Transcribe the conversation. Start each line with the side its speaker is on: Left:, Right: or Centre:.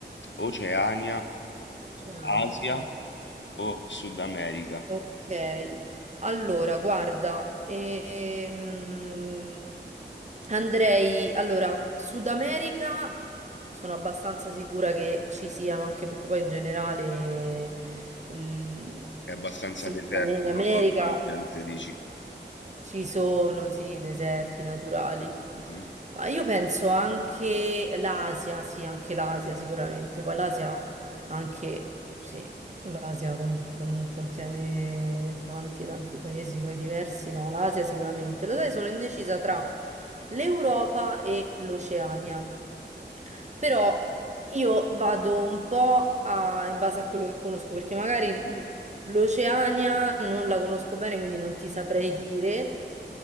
Left: Oceania,
Right: oceani,
Left: Asia
Right: ok.
Left: o Sud America?
Right: Ok, allora guarda, ehm, andrei, allora, Sud America sono abbastanza sicura che ci siano, anche perché poi in generale l-
Left: È abbastanza
Right: sì,
Left: desertico
Right: l'America
Left: l'ambiente, dici?
Right: ci sono, sì, deserti naturali.
Left: Mhm.
Right: Ma io penso anche l'Asia, sì, anche l'Asia sicuramente. Poi l'Asia anche, sì, l'Asia con- con- contiene tanti, tanti paesi poi diversi. No, l'Asia sicuramente. Lo sai, sono indecisa tra l'Europa e l'Oceania.
Left: Ok.
Right: Però io vado un po' a- in base a quello che conosco, perché magari L'Oceania non la conosco bene, quindi non ti saprei dire,